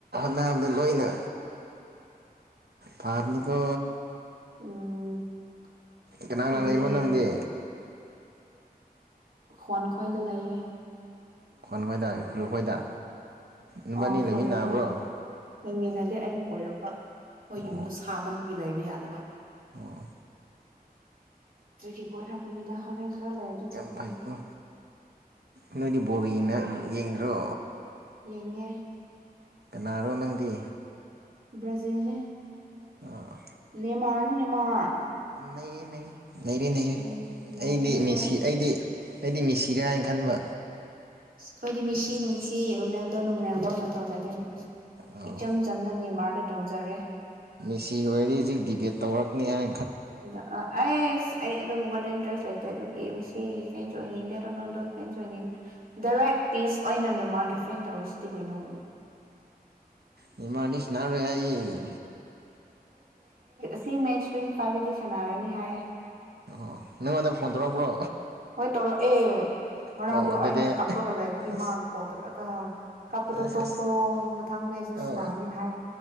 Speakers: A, on the right; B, on the right.
A: ꯅꯕꯗꯨ ꯂꯣꯏꯅ ꯐꯔꯅꯤ ꯀꯣ
B: ꯎꯝ
A: ꯀꯅꯥꯅꯥ
B: ꯑꯗꯨꯅꯦ
A: ꯂꯩꯕꯣ ꯅꯪꯗꯤ
B: ꯈ꯭ꯋꯥꯟ ꯈꯣꯏꯗ ꯂꯩꯌꯦ
A: ꯈꯣꯟ ꯈꯣꯏꯗ ꯏꯈꯨꯜ ꯈꯣꯏꯗ ꯅꯕꯥꯅꯤ
B: ꯑ
A: ꯂꯩꯃꯤꯟꯅꯕ꯭ꯔꯣ
B: ꯍꯣꯂꯨ ꯍꯣꯏꯗ ꯂꯩꯃꯤꯟꯅꯗꯦ ꯑꯩꯅ ꯀꯣꯏꯔꯛꯄ ꯍꯣꯏ
A: ꯑꯣ
B: ꯌꯨꯝꯗ ꯁꯥꯃꯟ ꯒꯤ ꯂꯩꯕ ꯌꯥꯗꯕ
A: ꯑꯣ
B: ꯑꯗꯨꯒꯤ ꯀꯣꯏꯔꯛꯄꯅꯤꯗ ꯍꯣꯔꯦꯟ ꯈꯔ ꯂꯩꯔꯗꯤ
A: ꯌꯥꯝ
B: ꯆꯠꯈ꯭ꯔꯅꯤ
A: ꯐꯩ ꯀꯣ ꯅꯣꯏꯗꯤ ꯕꯣꯜꯒ ꯌꯦꯡꯅ ꯌꯦꯡꯗ꯭ꯔꯣ
B: ꯌꯦꯡꯉꯦ
A: ꯀꯅꯥꯔꯣ ꯅꯪꯗꯤ
B: ꯕ꯭ꯔꯥꯖꯤꯜ ꯅꯦ
A: ꯑ
B: ꯅꯦꯃꯔ ꯅꯦ ꯅꯦꯃꯔ
A: ꯅꯩꯔꯦ ꯅꯩ ꯅꯔꯦ ꯅꯩꯔꯦ
B: ꯅꯩ ꯅꯩꯕꯅꯦ
A: ꯑꯩꯗꯤ
B: ꯑꯩꯈꯣꯏ
A: ꯃꯦꯁꯤ ꯑꯩꯗꯤ ꯑꯩꯗꯤ ꯃꯤꯁꯤꯔ ꯈꯟꯕ
B: ꯑꯩꯈꯣꯏꯗꯤ ꯃꯤꯁꯤ ꯅꯨꯡꯁꯤ ꯔꯣꯅꯥꯜꯗꯣ ꯅꯣꯡꯅꯥꯜꯗꯣ ꯇꯧꯖꯗꯦꯗ
A: ꯑꯧ
B: ꯏꯆꯝ ꯆꯟꯅ ꯅꯦꯃꯔꯗ ꯇꯧꯖꯔꯦ
A: ꯃꯤꯁꯤ ꯑꯣꯏꯔꯤ ꯍꯧꯖꯤꯛ ꯗꯤꯕꯦꯠ ꯇꯧꯔꯛꯅꯤ ꯍꯥꯏ
B: ꯑꯗ ꯑꯩꯁ ꯑꯩ ꯑꯗꯨꯒꯨꯝꯕꯗ ꯏꯟꯇꯔꯦꯁ ꯂꯩꯇꯦ ꯑꯗꯨ ꯃꯤꯁꯤꯒꯤ ꯐ꯭ꯔꯦꯟꯁ ꯑꯣꯏꯅꯤꯡꯗꯦ ꯔꯣꯅꯥꯜꯗꯣ ꯐ꯭ꯔꯦꯟꯁ ꯑꯣꯏꯅꯤꯡꯗꯦ ꯗꯥꯏꯔꯦꯛ ꯄꯤꯁ ꯑꯣꯏꯅ ꯅꯦꯟꯃꯥꯔꯛꯒꯤ ꯐ꯭ꯔꯦꯟꯁ ꯇꯧꯔꯤꯁꯤꯗꯤ ꯀꯩꯅꯣ
A: ꯅꯦꯃꯔꯗꯤ ꯁꯥꯅꯔꯔꯣꯏ ꯍꯥꯏꯌꯦ ꯌꯦ
B: ꯁꯤ ꯃꯦꯠꯁ ꯇ꯭ꯋꯦꯟꯇꯤ ꯐꯥꯏꯚꯁꯤꯗꯤ ꯁꯥꯟꯅꯔꯅꯤ ꯍꯥꯏ
A: ꯑꯣ ꯅꯉꯣꯟꯗ ꯐꯣꯟ ꯇꯧꯔꯛ ꯄ꯭ꯔꯣ
B: ꯍꯣꯏ ꯇꯧꯔꯛꯑꯦ ꯉꯔꯥꯡꯗꯣ
A: ꯑꯣ ꯀꯩꯀꯩ
B: ꯑꯩꯅ ꯀꯥꯞꯂꯒ ꯂꯩꯕꯒꯤ
A: ꯑꯁ
B: ꯃꯥꯡꯗꯣ ꯀꯣꯜ ꯇꯧꯔꯛꯑꯒ ꯀꯥꯞꯄꯗꯣ
A: ꯑꯁ
B: ꯇꯣꯛꯈ꯭ꯔꯣ
A: ꯑꯁ
B: ꯃꯊꯪ ꯃꯦ ꯁꯤꯁ
A: ꯑꯥ
B: ꯅꯥꯑꯅꯤ ꯍꯥꯏ